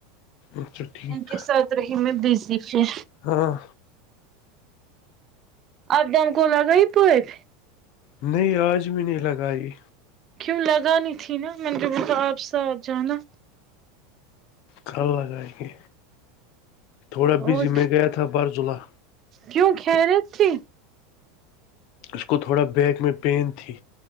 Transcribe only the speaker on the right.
ان کے ساتھ رہی میں بزی پھر
آبدم کو لگائی پیر
کیوں لگانی تھی نا میں نے جو بولا تھا آپ ساتھ جانا
اور
کیوں خیریت تھی